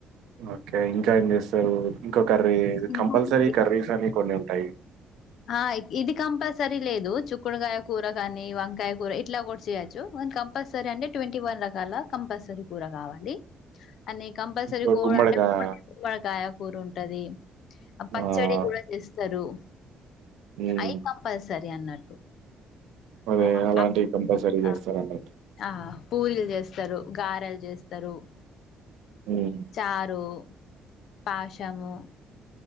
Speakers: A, on the right; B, on the left.
A: ఓకే. ఇంకా ఏం చేస్ అసలు ఇంకో కర్రీ
B: ఇంకొకటి
A: కంపల్సరీ కర్రీస్ అని కొన్ని ఉంటాయి.
B: ఆ ఇది కంపల్సరీ లేదు. చుక్కుడుకాయ కూర కాని వంకాయ కూర ఇట్లా కూడా చేయచ్చు. వన్ కంపల్సరి అంటె ట్వంటీ వన్ ర ఆలా కంపల్సరీ కూర కావాలి. అన్నీ కంపల్సరి
A: ఇప్పుడు
B: కూర
A: గుమ్మడికాయ
B: అంటె <inaudible> కాయ కూర ఉంటది. ఆ పచ్చడి
A: ఆహ్,
B: కూడా చేస్తారు.
A: హ్మ్.
B: అయి కంపల్సరీ సరే అన్నట్టు
A: అదే
B: <unintelligible>
A: అలాంటివి కంపల్సరీ జేస్తారన్నట్టు.
B: ఆ పూరిలు చేస్తారు గారెలు చేస్త త్తరు
A: హ్మ్.
B: చారు పాషము